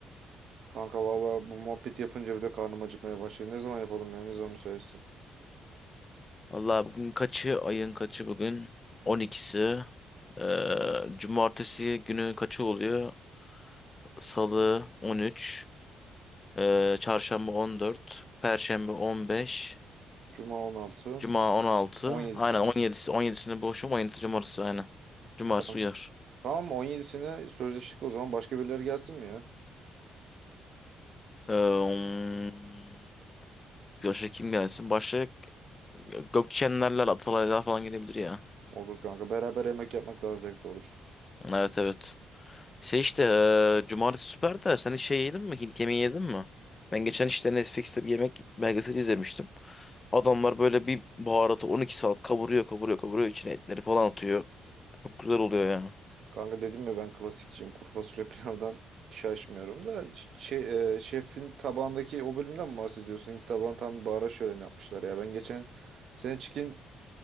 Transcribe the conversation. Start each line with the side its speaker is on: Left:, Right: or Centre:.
Right: <laughs> Kanka vallahi bu muhabbet yapınca bile karnım acıkmaya başladı. Ne zaman yapalım ya ne zaman müsaitsin?
Left: Vallahi bugün kaçı? Ayın kaçı bugün? 12'si. Ee, cumartesi günü kaçı oluyor? Salı 13, e, Çarşamba 14, Perşembe 15,
Right: Cuma 16
Left: Cuma 16.
Right: 17'si.
Left: Aynen on yedisi, on 17'sinde boşum, 17'si Cumartesi aynen. Cumartesi
Right: Kanka
Left: uyar.
Right: tamam 17'sine sözleştik o zaman başka birileri gelsin mi ya?
Left: Ee, um, başka kim gelsin? Başka Gökçenlerler Atalaylar falan gelebilir ya.
Right: Olur kanka beraber yemek yapmak daha zevkli olur.
Left: Evet evet. Şey işte e, Cumartesi süper de sen hiç şey yedin mi? Hint yemeği yedin mi? Ben geçen işte Netflix'te bir yemek belgeseli izlemiştim. Adamlar böyle bir baharatı 12 saat kavuruyor kavuruyor kavuruyor içine etleri falan atıyor. Çok güzel oluyor ya.
Right: Kanka dedim ya ben klasikçiyim. Kuru fasulye <laughs> pilavdan şaşmıyorum da ş- şey e, şefin tabağındaki o bölümden mi bahsediyorsun? Hint tabağını tam bir bahara şöleni yapmışlar ya. Ben geçen sene chicken